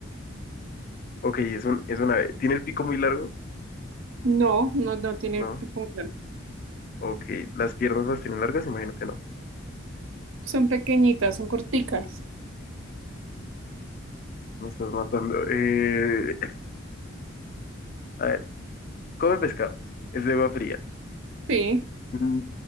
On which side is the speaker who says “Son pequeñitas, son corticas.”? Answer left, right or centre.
Right